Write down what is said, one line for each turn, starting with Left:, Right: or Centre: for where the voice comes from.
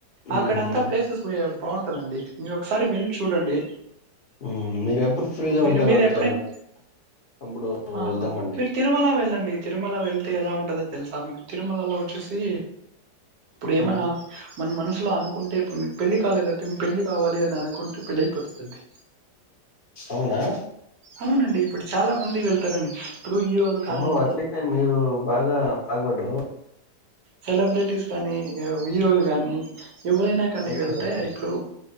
Left: హుహు.
Right: ఆక్కడ అంతా ప్లేసెస్ బావుంటదండి మీరు ఒకసారి వెళ్ళి చూడండి
Left: ఉ మీరు ఎప్పుడు ఫ్రీగా
Right: మీరు
Left: ఉంటారో
Right: మీరెప్పుడైనా
Left: <unintelligible> అప్పుడు
Right: ఆహా
Left: వెళ్దామండి.
Right: మీరు తిరుమల వెళ్ళండి తిరుమల వెళ్తే ఎలా ఉంటందో తెలుసా మీకు తిరుమలలో ఒచ్చేసి ఇప్పుడు ఏమనా
Left: హ్మ్.
Right: మన్ మనస్ సులో అనుకుంటే ఇప్పుడు మీకు పెళ్లి కాలేదంటే మీకు పెళ్లి కావాలి అని అనుకుంటే పెళ్ళయిపోతుందండి
Left: అవునా
Right: అవునండి ఇప్పుడు చాలా మంది వెళ్తారండి ఇప్పుడు హీరోలు కానీ
Left: ఓ అట్లేతే మీరు బాగా అవడు
Right: సెలబ్రిటీస్ గానీ వియోలు గానీ ఎవరైనా కానీ
Left: ఓకే.
Right: వెళ్తే
Left: ఓకే.
Right: ఇప్పుడు